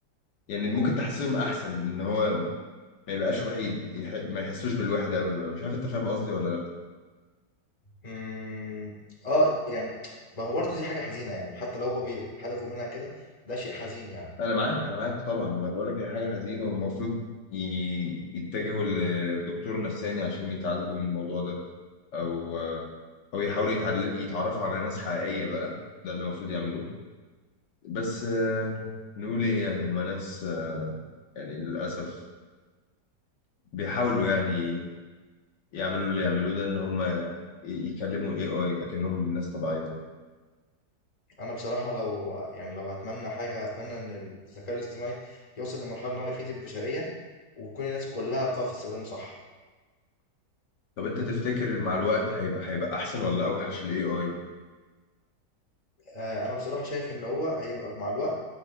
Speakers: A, on the left; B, on the left.
A: يعني ممكن تحسسهم أحسن إن هو ما يبقاش وحيد يح... ما يحسوش بالوحده قوي مش عارف انت فاهم قصدي ولا لا
B: امم اه يعني ما هو برضه دي حاجه حزينه يعني وحتى لو هو بي- هدفه منها كده ده شيء حزين يعني
A: انا معاك انا معاك طبعا ما بقول لك هي حاجه حزينه والمفروض ي... يتجهوا لدكتور نفساني عشان يتعالجوا من الموضوع ده او او يحاولوا يتعل... يتعرفوا على ناس حقيقيه بقى ده اللي المفروض يعملوه بس آه، نقول ايه يعني هما ناس آه، يعني للاسف بيحاولوا يعني يعملوا اللي يعملوه ده ان هما ي- يكلموا الاي اي اكنهم ناس طبيعيه
B: انا بصراحه لو يعني لو هتمنى حاجه هتمنى ان الذكاء الاصطناعي يوصل لمرحله ان هو يفيد البشريه وتكون الناس كلها بتعرف تستخدمه صح
A: طب انت تفتكر مع الوقت هيبقى هيبقى احسن ولا اوحش الاي اي
B: آه، انا بصراحه شايف ان هو هيبقى مع الوقت